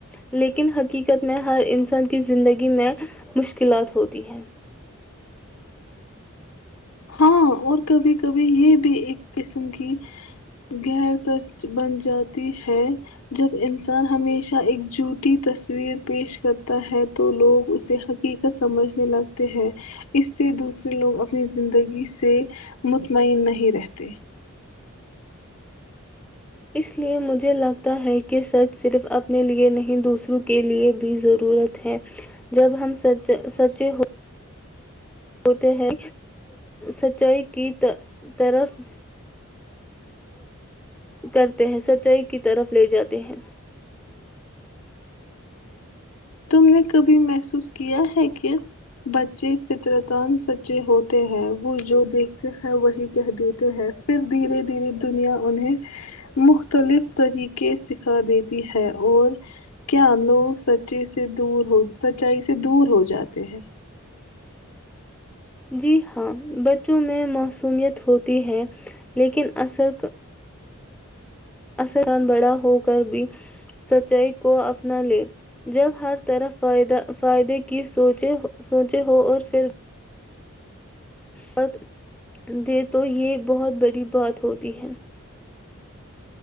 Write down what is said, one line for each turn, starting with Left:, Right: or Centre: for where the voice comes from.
Centre: لیکن حقیقت میں ہر انسان کی زندگی میں مشکلات ہوتی ہیں
Left: ہاں اور کبھی کبھی یہ بھی ایک قسم کی گہر سچ بن جاتی ہے جب انسان ہمیشہ ایک جوٹی تصویر پیش کرتا ہے تو لوگ اسے حقیقت سمجھنے لگتے ہیں اس سے دوسرے لوگ اپنی زندگی سے مطمئن نہیں رہتے <unintelligible>
Centre: اس لے مجھے لگتا ہے کہ سچ صرف اپنے لئے نہیں دوسروں کے لئے بھی ضرورت ہے جب ہم سچے ہ ہوتے ہیں سچائی کی طف کرتے ہیں سچائی کی طرف لے جاتے ہیں <unintelligible>
Left: تم نے کبھی محسوس کیا ہے کہ بچے فطرتان سچے ہوتے ہیں وہ جو دیکھتے ہیں وہی کہہ دیتے ہیں پھر دھیرے دھیرے دنیا انہیں مختلف طریقے سکھا دیتی ہے اور کیا لوگ س سے دور ہو سچائی سے دور ہو جاتے ہیں <unintelligible>
Centre: جی ہاں بچوں میں موسومیت ہوتی ہے لیکن اصل اسلان بڑا ہو کر بھی سچائی کو اپنا لے جب ہر طرف فائدے کی سوچے ہوں اور پھر مت دے تو یہ بہت بڑی بات ہوتی ہے <unintelligible>